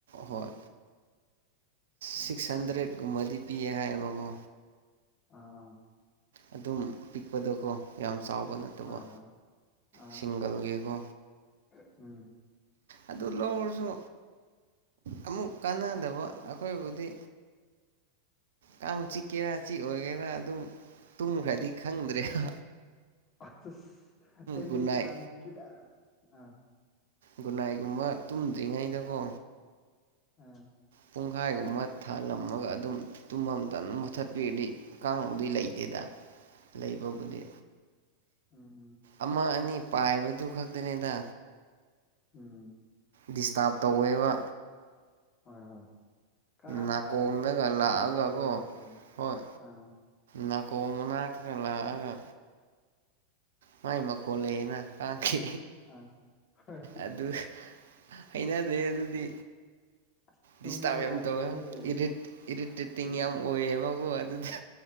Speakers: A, on the right; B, on the left.
A: ꯍꯣꯏ
B: ꯎꯝ ꯎꯝ
A: ꯁꯤꯛꯁ ꯍꯟꯗ꯭ꯔꯦꯠꯀꯨꯝꯕꯗꯤ ꯄꯤꯌꯦ ꯍꯥꯏꯌꯦꯕꯀꯣ
B: ꯑ ꯑ
A: ꯑꯗꯨꯝ ꯄꯤꯛꯄꯗꯀꯣ ꯌꯥꯝ ꯆꯥꯎꯕ ꯅꯠꯇꯕ
B: ꯍꯣꯏ ꯍꯣꯏ ꯑꯥ
A: ꯁꯤꯡꯒꯜꯒꯤꯀꯣ
B: ꯑꯥ ꯎꯝ
A: ꯑꯗꯨ ꯂꯧꯔꯁꯨ ꯑꯃꯨꯛ ꯀꯥꯟꯅꯗꯕ ꯑꯩꯈꯣꯏꯕꯨꯗꯤ ꯀꯥꯡ ꯆꯤꯛꯀꯦꯔꯥ ꯆꯤꯛ ꯑꯣꯏꯒꯦꯔꯥ ꯑꯗꯨꯝ ꯇꯨꯝꯈ꯭ꯔꯗꯤ ꯈꯪꯗ꯭ꯔꯦꯕ꯫
B: ꯑꯁ ꯑꯩꯗꯤ
A: ꯒꯨꯟꯅꯥꯏ
B: ꯀꯥꯡꯀꯤꯗ ꯑꯥ
A: ꯒꯨꯅꯥꯏꯒꯨꯝꯕ ꯇꯨꯝꯗ꯭ꯔꯤꯉꯩꯗꯀꯣ
B: ꯎꯝ
A: ꯄꯨꯡꯈꯥꯏꯒꯨꯝꯕ ꯊꯥꯜꯂꯝꯃꯒ ꯑꯗꯨꯝ ꯇꯨꯝꯃꯝꯗꯥꯏꯗ ꯃꯨꯊꯠꯄꯤꯔꯗꯤ ꯀꯥꯡꯒꯨꯝꯕꯗꯤ ꯂꯩꯇꯦꯗ ꯂꯩꯕꯕꯨꯗꯤ
B: ꯎꯝ ꯎꯝ ꯎꯝ
A: ꯑꯃ ꯑꯅꯤ ꯄꯥꯏꯕꯗꯨ ꯈꯛꯇꯅꯤꯗ
B: ꯎꯝ
A: ꯗꯤꯁꯇꯥꯔꯕ ꯇꯧꯋꯦꯕ
B: ꯍꯣꯏ ꯍꯣꯏ ꯈꯔ
A: ꯅꯥꯀꯣꯡꯗꯒ
B: ꯄꯥꯏꯕꯗꯣ
A: ꯂꯥꯛꯑꯒꯀꯣ
B: ꯇꯨꯝꯂ ꯅꯨꯡꯉꯥꯏꯇꯦ
A: ꯍꯣꯏ
B: ꯑꯥ
A: ꯅꯥꯀꯣꯡ ꯃꯅꯥꯛꯇꯒ ꯂꯥꯛꯑꯒ ꯃꯥꯏ ꯃꯈꯣꯜ ꯂꯩꯌꯦꯅ ꯀꯥꯡꯈꯤ
B: ꯑꯥ ꯍꯣꯏ
A: ꯑꯗꯨ ꯑꯩꯅ ꯑꯗꯨ ꯑꯗꯨ ꯗꯤ
B: ꯑꯁ ꯇꯨꯝꯕ
A: ꯗꯤꯁꯕ
B: ꯌꯥꯗꯦꯍꯦ
A: ꯇꯣ ꯏꯔꯤꯠ ꯏꯔꯤꯇꯦꯇ
B: ꯀꯥꯏꯗꯒꯤ
A: ꯑꯣꯏꯌꯦꯕꯕꯨ ꯑꯗꯨꯗ